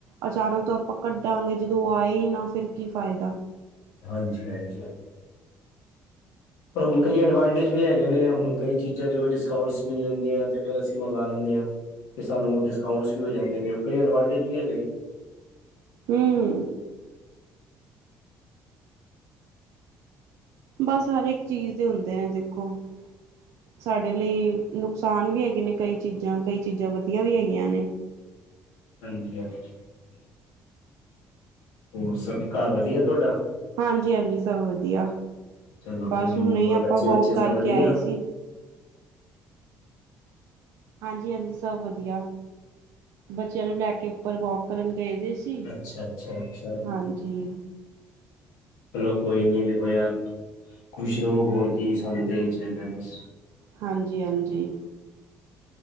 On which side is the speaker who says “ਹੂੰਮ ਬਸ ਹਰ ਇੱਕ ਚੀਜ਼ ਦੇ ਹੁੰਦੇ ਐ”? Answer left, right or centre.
Right